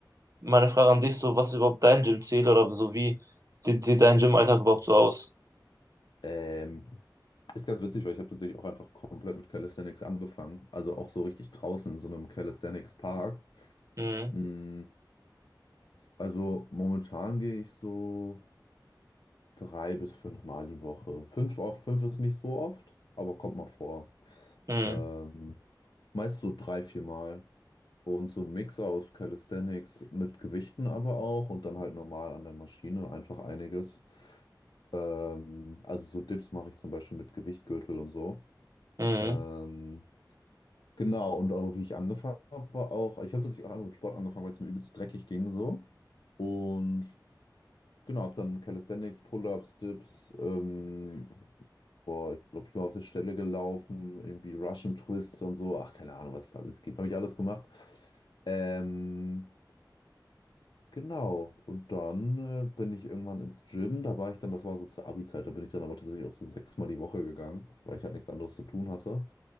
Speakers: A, on the right (about 45°); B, on the left (about 80°).
A: meine Frage an dich, so was ist überhaupt dein Gym-Ziel oder so wie sieht, sieht dein Gymalltag überhaupt so aus?
B: Ähm, ist ganz witzig, weil ich habe tatsächlich auch einfach komplett mit Calisthenics angefangen. Also auch so richtig draußen in so einem Calisthenics-Park.
A: Mhm,
B: Mm, Also momentan gehe ich so drei bis fünf Mal die Woche. Fünf, auf, fünf ist nicht so oft, aber kommt mal vor.
A: mhm,
B: Ähm, meist so drei, vier Mal. Und so ein Mix aus Calisthenics mit Gewichten aber auch und dann halt normal an der Maschine, einfach einiges. Ähm, also so Dips mache ich zum Beispiel mit Gewichtgürtel und so.
A: mhm,
B: Ähm, genau, und aber wie ich angefangen habe, war auch, ich habe tatsächlich auch einfach mit Sport angefangen, weil es mir übelst dreckig ging so. Und genau, habe dann Calisthenics, Pull-ups, Dips, ähm, boah, ich glaube, ich bin auf der Stelle gelaufen, irgendwie Russian Twists und so. Ach, keine Ahnung, was es da alles gibt. Habe ich alles gemacht. Ähm, Genau, und dann äh, bin ich irgendwann ins Gym, da war ich dann, das war so zur Abi-Zeit, da bin ich dann aber tatsächlich auch so sechsmal die Woche gegangen, weil ich halt nichts anderes zu tun hatte.